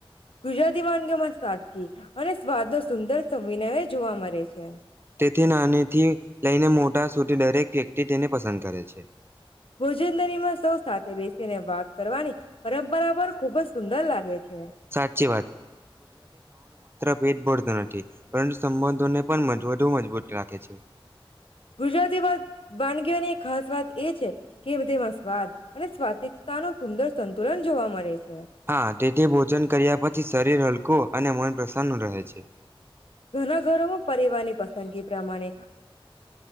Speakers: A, on the left (about 75°); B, on the right (about 25°).
A: ગુજરાતી વાનગીઓમાં સાદગી અને સ્વાદ નો સુંદર સંવિનયજ જોવા મરે છે.
B: તેથી નાનીથી લઈને મોટા સુધી દરેક વ્ય તે તેને પસંદ કરે છે.
A: ભોજનલરીમાં સૌ સાથે બેસીને વાત કરવાની પરંપરા પર ખુબ જ સુંદર લાગે છે.
B: સાચી પેઠ ભરતું નથી પરંતુ સંબંધોને પણ મજબૂતો મજબૂત રાખે છે.
A: ગુજરાતીવાદ વાનગીઓની ખાસ વાત એ છે કે તેમાં સ્વાદ અને સ્વાતિકતાનો સુંદર સંતુલન જોવા મળે છે.
B: હા તેથી ભોજન કર્યા પછી શરીર હલ કુ અને મન પ્રસન્ન રહે છે.
A: ઘણા ઘરોમાં પરિવારની પસંદગી પ્રમાણ